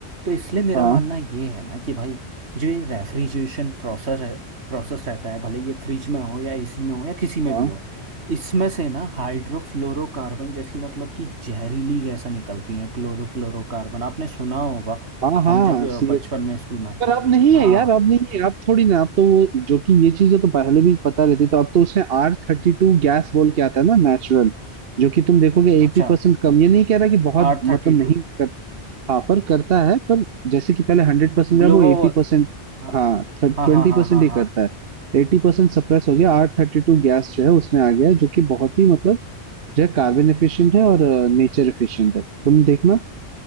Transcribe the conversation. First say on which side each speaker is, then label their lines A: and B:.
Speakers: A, on the right; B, on the right.
A: तो इसलिए मेरा
B: हाँ
A: मानना ये है ना कि भाई जो ये रेफ्रिजरेशन प्रोसेस है प्रोसेस रहता है भले ये फ्रिज में हो या एसी में हो या किसी में
B: हाँ
A: भी हो इसमें से ना हाइड्रोफ्लोरोकार्बन जैसी मतलब कि जहरीली गैसें निकलती हैं क्लोरोफ्लोरोकार्बन आपने सुना होगा
B: हाँ हाँ
A: हम जब अ,
B: सीरियसली
A: बचपन में स्कूल में
B: पर अब नहीं
A: हाँ
B: है यार अब नहीं है अब थोड़ी ना अब तो वो जो कि ये चीजें तो पहले भी पता रहती तो अब तो उसमें आर थर्टी टू गैस बोल के आता है ना नेचुरल जो कि तुम देखोगे
A: अच्छा
B: एटी परसेंट कम ये नहीं कह रहा कि बहुत
A: आर थर्टी
B: मतलब नहीं कर हाँ पर करता है पर जैसे कि पहले हंड्रेड परसेंट
A: टू
B: था वो एटी परसेंट
A: हाँ
B: हाँ ट्वेंटी
A: हाँ हाँ हाँ
B: परसेंट
A: हाँ
B: ही
A: हाँ
B: करता है एटी परसेंट सप्रेस हो गया आर थर्टी टू गैस जो है उसमें आ गया है, जो कि बहुत ही मतलब जो है कार्बन एफिशिएंट है और नेचर एफिशिएंट है तुम देखना